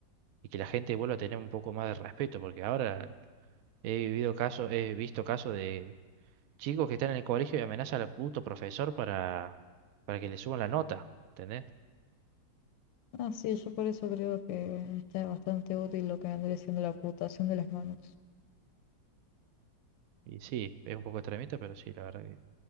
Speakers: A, on the right (about 75°); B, on the left (about 80°).
A: y que la gente vuelva a tener un poco más de respeto, porque ahora He vivido casos, he visto casos de chicos que están en el colegio y amenazan al puto profesor para, para que le suban la nota, ¿entendés?
B: Ah, sí, yo por eso creo que está bastante útil lo que vendría siendo la amputación de las manos.
A: Y sí, es un poco extremista, pero sí, la verdad que...